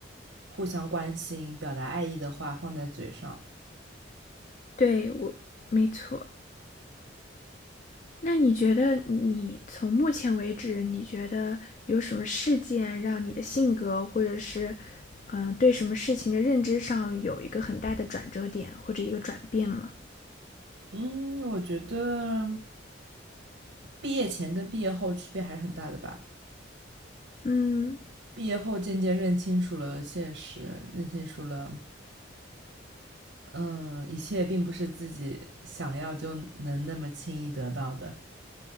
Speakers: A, on the right; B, on the left.
A: 互相关心、表达爱意的话放在嘴上。
B: 对我，没错。那你觉得你从目前为止，你觉得有什么事件让你的性格，或者是嗯、呃对什么事情的认知上有一个很大的转折点或者一个转变吗？
A: 嗯，我觉得毕业前跟毕业后区别还是很大的吧。
B: 嗯
A: 毕业后渐渐认清楚了现实，认清楚了，嗯，一切并不是自己想要就能那么轻易得到的。